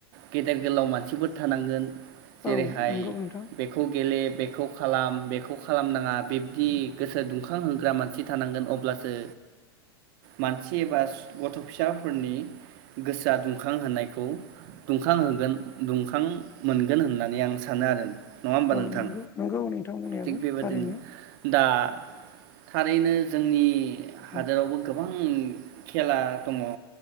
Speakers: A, on the right; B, on the left.
A: गेदेर गोलाव मानसिफोर थानांगोन जेरैहाय
B: औ नंगौ नोंथां
A: बेखौ गेले बेखौ खालाम बेखौ खालामनाङा बिब्दि गोसो दुंखां होग्रा मानसि थानांगोन अब्लासो मानसि एबा गथ' फिसाफोरनि गोसोआ दुंखां होनायखौ दुंखांहोगोन दुंखां मोनगोन होननानै आं सानो आरो। नङा होमबा
B: औ
A: नोंथां
B: नंगौ नंगौ नोंथां बुंनायाबो
A: थिग बेबादिनो
B: थारैनो
A: दा थारैनो जोंनि हादोरावबो
B: औ
A: गोबां खेला दङ